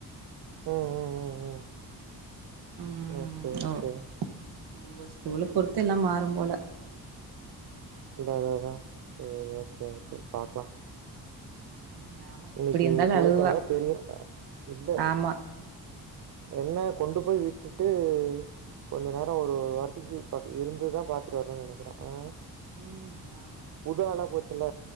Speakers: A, on the right; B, on the right.
A: ம் ம் ம் ம்
B: ம்
A: ஓகே ஓகே
B: ஓ ஸ்கூ ஸ்கூல பொறுத்து எல்லாம் மாறும் போல
A: அதான் அதான் செரி ஓகே ஓகே பாக்கலாம்
B: ம் ஆமா
A: இன்னைக்கி
B: எப்டி இருந்தாலு
A: போயிட்னா
B: அழுவா
A: தெரியும் இல்ல
B: ஆமா
A: என்ன கொண்டு போய் விட்டுட்டு கொஞ்ச நேரம் ஒரு வாரததிக்கு இருந்துதான் பாத்துட்டு வரணும்னு நனக்கிறேன் ஹா
B: ம் ஆமா
A: புது ஆலா போச் இல்ல